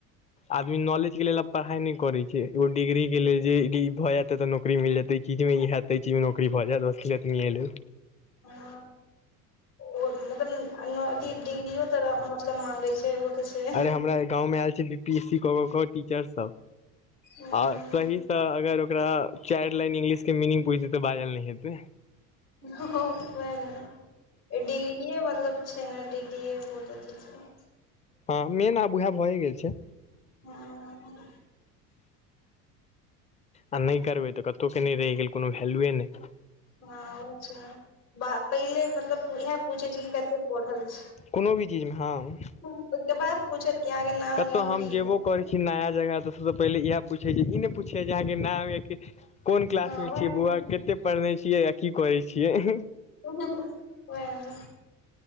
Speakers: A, on the left; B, on the left.
A: आदमी नॉलेज के लेल आब पढ़ाइ नहि करे छै। एग डिग्री के लेल जे भऽ जेते तऽ नौकरी मिल जेते। चीजमे ई हयत त एहि चीज मे नौकरी भऽ जायत बस एतनिए लेल।
B: हा ओ मतलब अथी डिग्रियो तो मतलब माँगै छै ओ तऽ छै
A: अरे हमरा गाँव मे आयल छै बी पी एस सी कऽ कऽ कऽ टीचर सभ।
B: हँ
A: आ सहीसँ अगर ओकरा चायर लाइन इंग्लिश के मीनिंग पूछि देतय तऽ बाजल नय हेतै।
B: ह वेह ना? डिग्रीे मतलब छै हर डिग्रीए बहुत अथी छै।
A: हँ मेन आब उएह भए गेल छै।
B: हँ।
A: आ नहि करबै तऽ कतहु के नहि रहि गेल कोनो वैलुए नहि।
B: हँ ओहो छै बा पहिले मतलब ओहय पूछे जे ई कतेक पढ़ल छी
A: कोनो भी चीजमे हँ
B: ओहिके बाद पूछत कि अहा के नाम
A: कतहु
B: गाम
A: हम
B: की ये
A: जेबो करै छी नया जगह तऽ सबसऽ पहिने इहे पूछय जे, ई नय पूछे जे, अहाके नाम या किछु, कोन क्लास
B: हँ
A: मे
B: ओएह
A: छियई
B: ने
A: बौआ कते पढ़ने छियै या की करै छियै?
B: ओहेऽ ने,